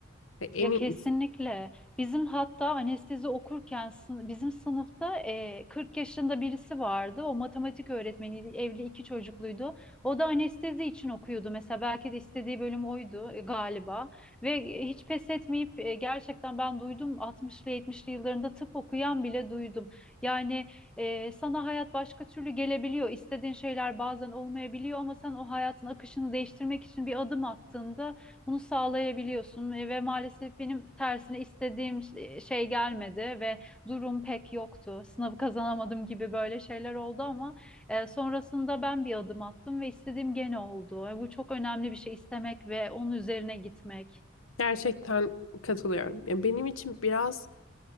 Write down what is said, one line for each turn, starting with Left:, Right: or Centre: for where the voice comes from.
Left: Ve eminim.
Centre: Ya kesinlikle. Bizim hatta anestezi okurken sın- bizim sınıfta e, 40 yaşında birisi vardı. O matematik öğretmeniydi. Evli iki çocukluydu. O da anestezi için okuyordu. Mesela belki de istediği bölüm oydu e, galiba. Ve e, hiç pes etmeyip e, gerçekten ben duydum 60'lı 70'li yıllarında tıp okuyan bile duydum. Yani e, sana hayat başka türlü gelebiliyor. İstediğin şeyler bazen olmayabiliyor ama sen o hayatın akışını değiştirmek için bir adım attığında bunu sağlayabiliyorsun ve ve maalesef benim tersine istediğim ş- e, şey gelmedi ve durum pek yoktu. Sınavı kazanamadım gibi böyle şeyler oldu ama e, sonrasında ben bir adım attım ve istediğim gene oldu. E, bu çok önemli bir şey istemek ve onun üzerine gitmek.
Left: Gerçekten katılıyorum. Ya benim için biraz